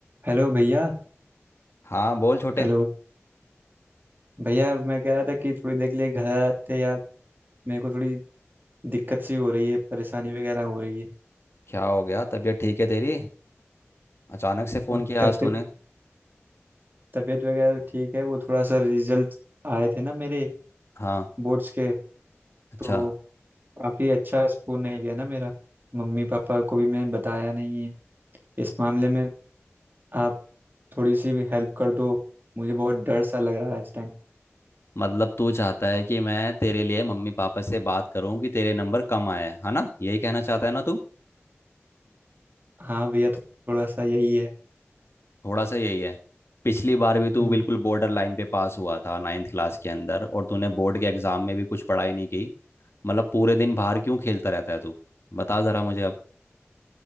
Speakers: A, on the right; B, on the left.
A: Hello भैया
B: हाँ बोल छोटे
A: hello भैया मैं कह रहा था कि थोड़ी देर के लिए घर आते यार मेरे को थोड़ी दिक्कत सी हो रही है परेशानी वगैरह हो रही है
B: क्या हो गया तबीयत ठीक है तेरी अचानक से फ़ोन
A: न-
B: किया
A: तबीयत
B: आज तूने
A: तबीयत वगैरह ठीक है वो थोड़ा सा रिजल्ट आए थे ना मेरे
B: हाँ
A: बोर्ड्स के
B: अच्छा
A: तो काफ़ी अच्छा स्कोर नहीं गया ना मेरा मम्मी पापा को भी मैंने बताया नहीं है इस मामले में आप थोड़ी सी भी हेल्प कर दो मुझे बहुत डर सा लग रहा है इस टाइम
B: मतलब तू चाहता है कि मैं तेरे लिए मम्मी पापा से बात करूं कि तेरे नंबर कम आए हैं, है ना यही कहना चाहता है ना तू
A: हाँ भैया थो- थोड़ा सा यही है
B: थोड़ा सा यही है पिछली बार भी तू
A: हम्म,
B: बिल्कुल बॉर्डर लाइन पे पास हुआ था नाइन्थ क्लास के अंदर और तूने बोर्ड के एग्ज़ाम में भी कुछ पढ़ाई नहीं की मतलब पूरे दिन बाहर क्यों खेलता रहता है तू बता ज़रा मुझे अब